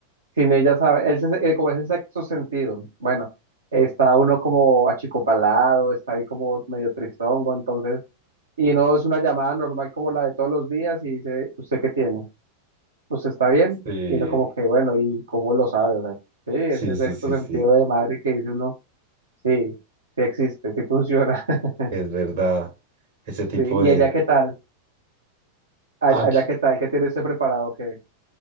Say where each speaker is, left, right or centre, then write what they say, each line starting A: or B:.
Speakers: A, on the right; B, on the right.
A: sin ella sabe, ese, eh, como ese sexto sentido, bueno, está uno como achicopalado, está ahí como medio tristongo, entonces, y no es una llamada normal como la de todos los días y dice, ¿usted qué tiene? ¿Usted está bien?
B: Sí,
A: Y uno como que, bueno, ¿y cómo lo sabe? O sea, sí, ese
B: sí, sí,
A: sexto
B: sí,
A: sentido
B: sí,
A: de madre que dice uno, sí, sí existe, sí funciona. <laughs>
B: es verdad. Ese tipo
A: Sí, ¿y
B: de...
A: allá qué tal? A-
B: Aquí,
A: ¿Allá qué tal? ¿Qué tiene usted preparado? ¿Qué?